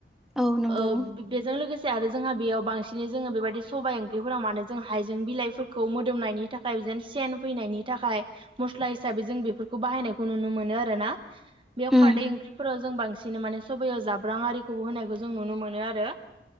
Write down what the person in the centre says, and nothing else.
औ नंगौ
उम